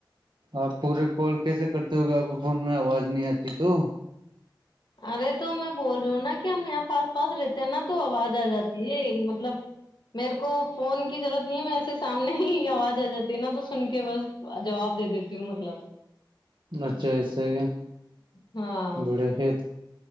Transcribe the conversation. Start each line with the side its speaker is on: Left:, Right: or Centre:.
Right: آپ پورے کال کیسے کرتے ہو گے آپ کو فون میں آواز نہیں آتی تو
Left: ارے تو میں بول رہی ہوں نا کہ ہم یہاں پاس پاس رہتے ہیں نا تو آواز آ جاتی ہے مطلب میرے کو فون کی ضرورت نہیں ہے مے سامنے ہی آواز آ جاتی ہے نا تو سن کے بس جواب دے دیتی ہوں مطلب
Right: اچھا ایسے ہی کیا
Left: ہاں
Right: بڑے ہی